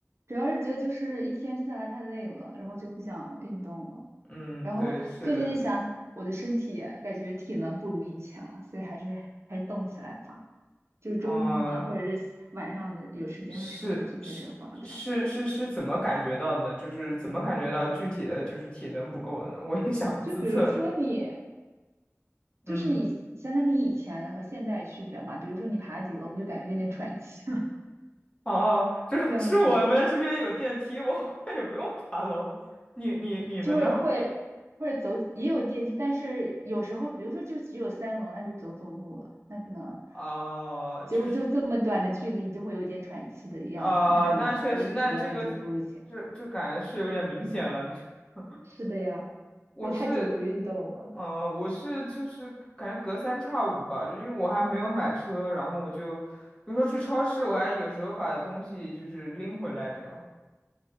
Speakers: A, on the right (about 60°); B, on the left (about 20°).
A: 主要是觉得就是一天下来太累了，然后就不想运动了。
B: 嗯，
A: 然后最近就想我的身体感觉体能不如以前了，
B: 对，是的，
A: 所以还是还是动起来吧。就是周末啊，
B: 嗯、
A: 或者是晚上的有时间的时候就去健身房这样。
B: 是是是是是怎么感觉到的呢？就是怎么感觉到具体的就是体能不够了呢？<laughs> 我也想自测一下。
A: 就比如说你，就是你想想你以前和现在的区别嘛，
B: 嗯。
A: 比如说你爬几楼你就感觉有点喘气了，
B: 哦，这要
A: <laughs> 这样子。
B: <laughs> 是我们这边有电梯，我好像也不用爬楼。你你你们呢？
A: 就会会或者走也有电梯，但是有时候比如说就只有三楼，那你就走走路了，那可能
B: 啊、
A: 结果就这么短的距离，
B: 就是
A: 你就会有点喘气的样子，
B: 啊、
A: 那可能就是体能已经不如前。
B: 呃那确实，那这个这这感觉是有点明显了。<laughs>
A: 是的呀，
B: 我是，
A: 因为太久不运动了。
B: 嗯，我是就是感觉隔三差五吧，就因为我还没有买车，然后我就，比如说去超市，我还有时候把东西就是拎回来这样。